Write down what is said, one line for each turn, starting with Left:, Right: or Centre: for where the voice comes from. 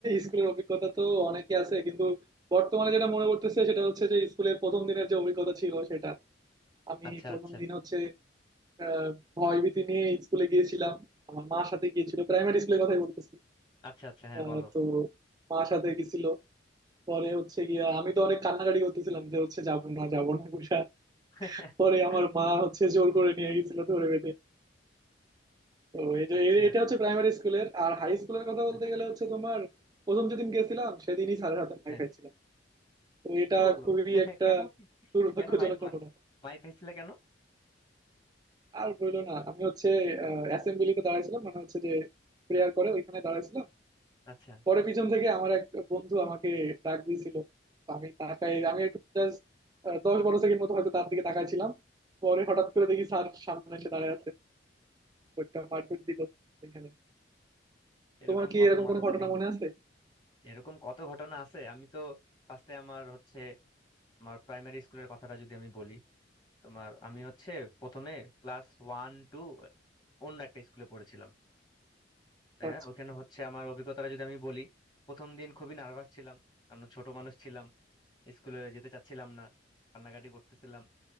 Right: স্কুলের অভিজ্ঞতা তো অনেকই আছে কিন্তু বর্তমানে যেটা মনে পড়তেছে সেটা হচ্ছে যে স্কুলের প্রথম দিনের যে অভিজ্ঞতা ছিল সেটা আমি
Left: আচ্ছা
Right: প্রথম
Left: আচ্ছা
Right: দিন হচ্ছে আহ ভয় ভীতি নিয়ে স্কুলে গিয়েছিলাম আমার মার সাথে গিয়েছিল প্রাইমারি স্কুলের কথাই বলতেছি
Left: আচ্ছা আচ্ছা হ্যাঁ
Right: আহ
Left: বলো
Right: তো মার সাথে গেছিল পরে হচ্ছে গিয়া আমি তো অনেক কান্নাকাটি করতেছিলাম যে হচ্ছে যাবো না যাবো না করে।
Left: <laughs>
Right: পরে আমার মা হচ্ছে জোর করে নিয়ে গেছিল ধরে বেঁধে তো এই যে
Left: আচ্ছা
Right: এ- এটা হচ্ছে প্রাইমারি স্কুলের আর হাই স্কুলের কথা বলতে
Left: আচ্ছা
Right: গেলে হচ্ছে তোমার প্রথম যেদিন গেছিলাম সেদিনই স্যারের হাতে মার
Left: হ্যাঁ
Right: খাইছিলাম তো এটা
Left: কি বলো
Right: খুবই
Left: <laughs>
Right: একটা
Left: কেন কি-
Right: দুর্ভাগ্যজনক
Left: কেন মাই মা-
Right: ঘটনা
Left: মাইর খাইছিলে কেন
Right: আর বললো না আমি হচ্ছে অ্যাসেম্বলিতে দাঁড়াইছিলাম মানে হচ্ছে যে প্রেয়ার করে ওইখানে দাঁড়াইছিলাম
Left: আচ্ছা
Right: পরে পিছন থেকে আমার এক বন্ধু আমাকে ডাক দিয়েছিল তো আমি তাকাই আমি একটু জাস্ট দশ বারো সেকেন্ড মতো হয়তো তার দিকে তাকাইছিলাম পরে হঠাৎ করে দেখি স্যার সামনে এসে দাঁড়ায় আছে তো একটা মারপিট দিল এখানে
Left: এরকম
Right: তোমার কি
Left: কত
Right: এরকম
Left: মজাদার
Right: কোনো ঘটনা
Left: কাহিনী
Right: মনে আছে
Left: এরকম কত ঘটনা আছে আমি তো ফার্স্টে আমার হচ্ছে আমার প্রাইমারি স্কুলের কথাটা যদি আমি বলি তোমার আমি হচ্ছে প্রথমে ক্লাস ওয়ান টু অন্য একটা স্কুলে পড়েছিলাম হ্যাঁ
Right: আচ্ছা
Left: ওখানে হচ্ছে আমার অভিজ্ঞতাটা যদি আমি বলি প্রথম দিন খুবই নার্ভাস ছিলাম কারণ ছোট মানুষ ছিলাম স্কুলে যেতে চাচ্ছিলাম না কান্নাকাটি করতেছিলাম